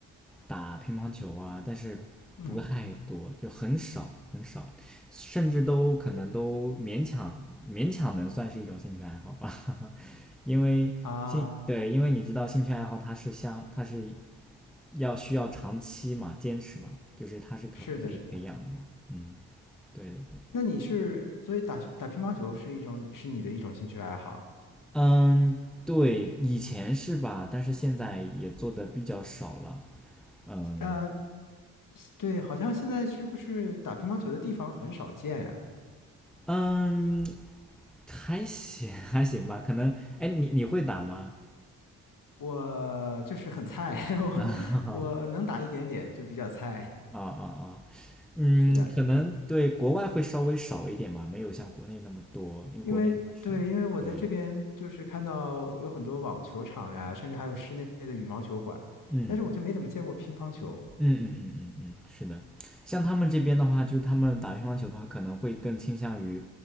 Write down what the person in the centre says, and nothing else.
打乒乓球啊，但是不太多，
就很少很少，甚至都可能都勉强勉强能算是一种兴趣爱好吧，<laughs> 因为兴，
对，因为你知道兴趣爱好它是相，它是要需要长期嘛，坚持嘛，就是它是可可以培养的嘛。
嗯，对对对，
嗯，对，以前是吧，但是现在也做的比较少了。嗯
嗯，还行 <laughs> 还行吧，可能哎，你你会打吗？
<laughs> 啊
啊啊啊嗯，
可能对国外会稍微少一点吧，没有像国内那么多，因为国内它是对，
嗯。
嗯嗯嗯嗯嗯，是的。像他们这边的话，就是他们打乒乓球的话，可能会更倾向于，